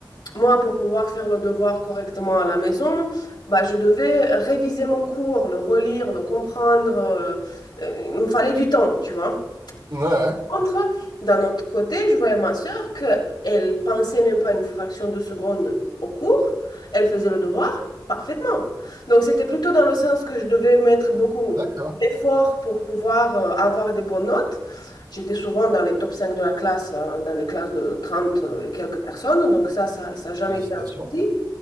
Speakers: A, on the left; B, on the right.
A: moi, pour pouvoir faire le devoir correctement à la maison, bah, je devais réviser mon cours, le relire, le comprendre. euh, euh, il me fallait du temps, tu vois.
B: Ouais, ouais.
A: Contre, d'un autre côté, je voyais ma sœur qu'elle pensait même pas une fraction de seconde au cours, elle faisait le devoir parfaitement. Donc c'était plutôt dans le sens que je devais mettre beaucoup
B: D'accord.
A: d'efforts pour pouvoir euh, avoir des bonnes notes. J'étais souvent dans les top 5 de la classe, euh, dans des classes de 30 euh, et quelques personnes, donc ça, ça n'a jamais
B: Félicitations.
A: été un souci.